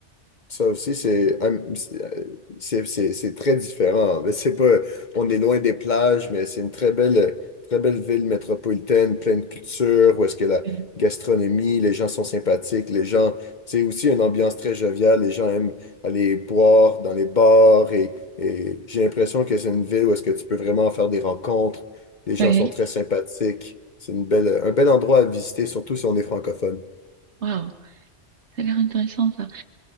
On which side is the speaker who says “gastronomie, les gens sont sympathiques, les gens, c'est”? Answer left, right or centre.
Left